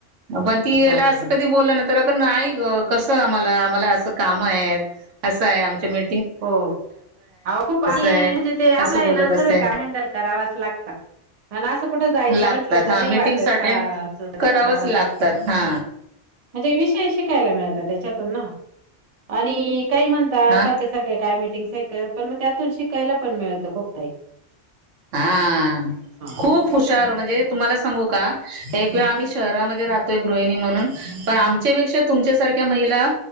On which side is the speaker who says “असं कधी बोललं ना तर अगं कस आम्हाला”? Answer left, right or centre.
Right